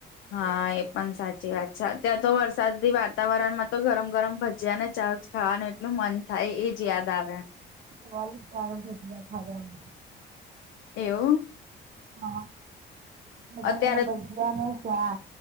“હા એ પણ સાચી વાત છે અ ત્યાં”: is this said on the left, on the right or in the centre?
Left